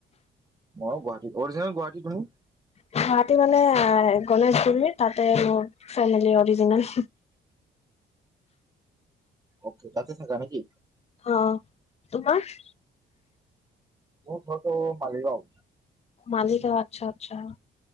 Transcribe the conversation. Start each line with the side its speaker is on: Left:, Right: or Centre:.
Right: মই গুৱাহাটীৰ অৰিজিনেল গুৱাহাটী। তুমি
Left: গুৱাহাটী মানে গণেশগুৰী তাতে মোৰ ফেমিলি অৰিজিনল।
Right: অকে তাতে থকা নেকি?
Left: অ' তোমাৰ
Right: মোৰ ঘৰতো মালিগাঁও।
Left: মালিগাওঁত, আচ্ছা আচ্ছা।